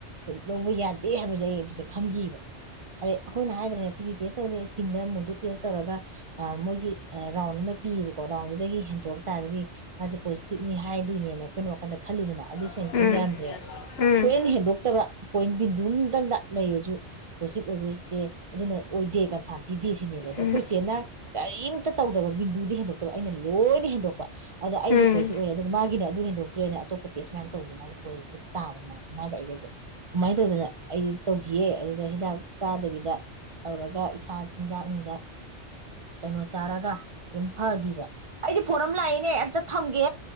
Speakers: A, on the right; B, on the left.
A: ꯂꯧꯕ ꯌꯥꯗꯦ ꯍꯥꯏꯕꯁꯦ ꯑꯩ ꯑꯗꯨꯗ ꯈꯪꯒꯤꯕ ꯑꯗꯩ ꯑꯩꯈꯣꯏꯅ ꯍꯥꯏꯗ꯭ꯔꯦꯅ ꯇꯤꯚꯤ ꯇꯦꯁ ꯇꯧꯗꯦ ꯏꯁꯀꯤꯟꯗ ꯃꯨꯗꯨꯨ ꯇꯦꯁ ꯇꯧꯔꯒ ꯃꯣꯏꯒꯤ ꯔꯥꯎꯟ ꯑꯃ ꯄꯤꯌꯦꯕꯀꯣ ꯔꯥꯎꯟꯗꯨꯗꯒꯤ ꯍꯦꯟꯗꯣꯛ ꯇꯥꯔꯒꯗꯤ ꯃꯥꯁꯦ ꯄꯣꯖꯤꯇꯤꯕꯅꯤ ꯍꯥꯏꯗꯣꯏꯅꯦꯅ ꯑꯩꯈꯣꯏꯅ ꯋꯥꯈꯟꯗ ꯈꯜꯂꯤꯗꯅ ꯑꯗꯨ ꯁꯦꯅ
B: ꯑꯩꯅ
A: ꯁꯨꯝ ꯌꯥꯔꯝꯗ꯭ꯔꯦꯕ
B: ꯎꯝ ꯎꯝ
A: ꯁꯣꯏꯅ ꯍꯦꯟꯗꯣꯛꯇꯕ ꯄꯣꯏꯟ ꯕꯤꯟꯗꯨ ꯑꯃꯇꯪꯗ ꯂꯩꯔꯁꯨ ꯄꯣꯖꯤꯇꯤꯕ ꯑꯣꯏꯕꯁꯦ ꯑꯗꯨꯅ ꯑꯣꯏꯗꯦ ꯀꯟꯐꯥꯝ ꯄꯤꯗꯦ ꯁꯤꯅꯦꯕ ꯑꯗꯣ ꯑꯩꯈꯣꯏꯆꯦꯅ
B: ꯎꯝ
A: ꯀꯔꯤꯝꯇ ꯇꯧꯗꯕ ꯕꯤꯟꯗꯨꯗꯤ ꯍꯦꯟꯗꯣꯛꯇꯕ ꯑꯩꯅ ꯂꯣꯏꯅ ꯍꯦꯟꯗꯣꯛꯄ ꯑꯗ ꯑꯩꯁꯦ
B: ꯎꯝ
A: ꯄꯣꯖꯤꯇꯤꯕ ꯑꯣꯏꯔꯦ ꯑꯗꯨꯒ ꯃꯥꯒꯤꯅ ꯑꯗꯨ ꯍꯦꯟꯗꯣꯛ ꯇꯦꯁ ꯃꯌꯥꯝ ꯇꯧꯕꯗ ꯃꯥꯁꯦ ꯄꯣꯖꯤꯇꯤꯚ ꯇꯥꯕ ꯃꯥꯁꯦ ꯃꯥꯒ ꯑꯩꯒꯁꯦ ꯑꯗꯨꯃꯥꯏꯅ ꯇꯧꯗꯅ ꯑꯩꯗꯤ ꯇꯧꯈꯤꯌꯦ ꯑꯗꯨꯗ ꯍꯤꯗꯥꯛ ꯆꯥꯗꯕꯤꯗ ꯇꯧꯔꯒ ꯏꯁꯥ ꯆꯤꯟꯖꯥꯛ ꯅꯨꯡꯗ ꯀꯩꯅꯣ ꯆꯥꯔꯒ ꯑꯗꯨꯝ ꯐꯈꯤꯕ ꯑꯩꯗꯤ ꯐꯣꯔ ꯑꯃ ꯂꯥꯛꯏꯅꯦ ꯑꯝꯇ ꯊꯝꯒꯦ